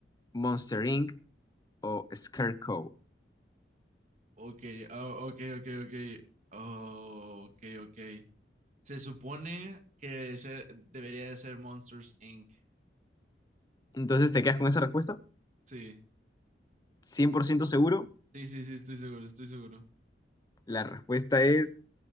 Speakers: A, on the left; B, on the right.
A: Monster Inc. o Scarecrow.
B: ok, ah, ok, ok, ok, oh, ok, ok. Se supone que se- debería de ser Monsters Inc.
A: Entonces, ¿te quedas con esa respuesta?
B: Sí,
A: cien por ciento seguro.
B: sí, sí, sí, estoy seguro, estoy seguro.
A: La respuesta es